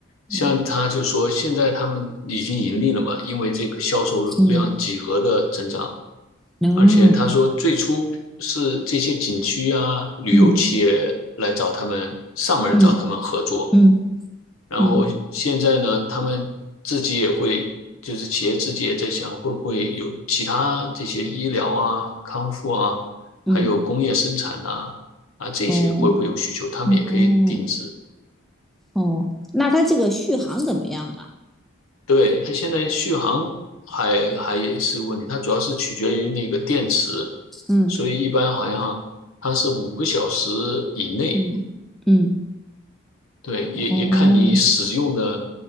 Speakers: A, in the centre; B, on the left.
A: 嗯
B: 像他就说，现在他们已经盈利了嘛，因为这个销售量几何的增长，
A: 嗯，能，
B: 而且他说最初是这些景区啊、
A: 哦
B: 旅游企业来找他们上门找他们合作，
A: 嗯嗯嗯。
B: 然后现在呢，
A: 嗯
B: 他们自己也会，就是企业自己也在想，会不会有其他这些医疗啊、康复啊，
A: 嗯，
B: 还有工业生产啊啊这些会不会有需求，
A: 哦
B: 他们也可以定制。
A: 哦哦，那它这个续航怎么样啊？
B: 对，它现在续航还还也是个问题，它主要是取决于那个电池，
A: 嗯
B: 所以一般好像它是五个小时以内，
A: 嗯嗯，
B: 对，也也看你使用的，
A: 哦，